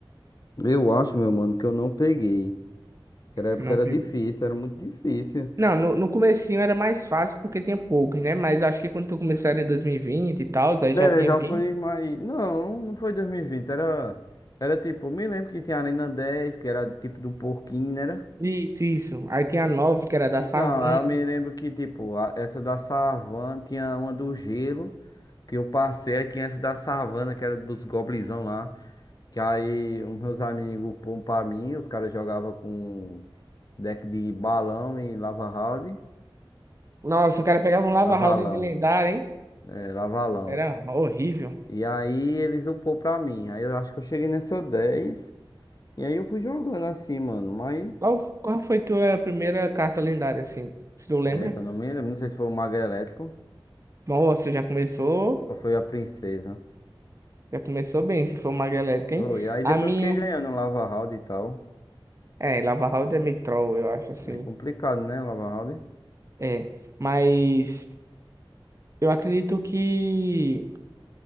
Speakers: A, on the left; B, on the right.
A: Eu acho, meu mano, que eu não peguei. Aquela época
B: Não
A: era
B: pegou.
A: difícil, era muito difícil.
B: Não, no, no comecinho era mais fácil porque tinha poucos, né? Mas acho que quando tu começou era em 2020 e vinte e tal, aí
A: É,
B: já tinha
A: já
B: bem.
A: foi mais. Não, não foi 2020. Era. Era tipo. Me lembro que tinha a Arena 10, que era tipo do porquinho, né?
B: Isso, isso. Aí tinha a nove que era
A: Então,
B: da savan.
A: aí eu me lembro que, tipo, a- essa da savana tinha uma do gelo, que eu passei, aí tinha essa da savana, que era dos goblinzão lá. Que aí os meus amigos pôr pra mim, os caras jogavam com deck de balão e lava round,
B: Nossa, o cara pegava um Lava
A: lavalão,
B: Round de lendária, hein?
A: é, lavalão.
B: Era horrível.
A: E aí eles upou pra mim. Aí eu acho que eu cheguei nessa 10 e aí eu fui jogando assim, mano. Mas,
B: Qual, qual foi tua primeira carta lendária, assim? Se tu lembra?
A: aí eu não me lembro, não sei se foi o Mago Elétrico
B: Nossa, já começou.
A: ou foi a Princesa.
B: Já começou bem, se for uma galética,
A: Foi,
B: hein?
A: E aí
B: A
A: depois
B: minha.
A: eu fiquei ganhando lava round e tal.
B: É, Lava Round é meio troll, eu acho, assim.
A: Meio complicado, né? Lava House.
B: É. Mas eu acredito que